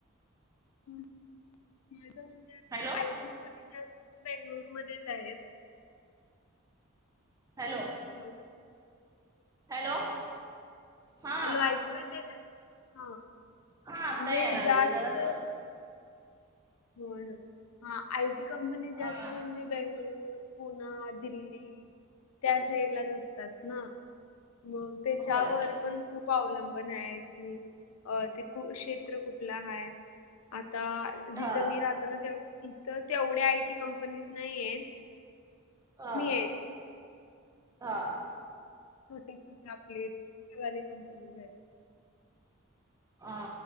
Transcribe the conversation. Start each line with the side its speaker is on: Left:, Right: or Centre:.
Left: माझं म्हणजे आता
Right: हॅलो
Left: आयटी कंपनी जास्त बेंगळुरूमध्येच आहेत
Right: हॅलो
Left: हॅलो
Right: हॅलो हा
Left: हॅलो ऐकू येतय काय हा
Right: हा आता
Left: म्हणजे
Right: या लागले
Left: जास्त
Right: जरासं.
Left: होय हा आयटी कंपनी जास्त
Right: हा
Left: म्हणजे. बेंगळूर पुना दिल्ली त्या साईड लाच असतात ना. मग त्याच्यावर
Right: होय
Left: पण. खूप अवलंबन आहे कि अ ते कुरूक्षेत्र कुठलं आहे. आता.
Right: हा
Left: जिथं मी राहतो ना ते इथं तेवढ्या आयटी कंपनीज नाही आहेत. <inaudible>
Right: हा
Left: आहेत
Right: हा.
Left: छोटे-छोटे आपलेवाले कंपनीज आहे.
Right: अ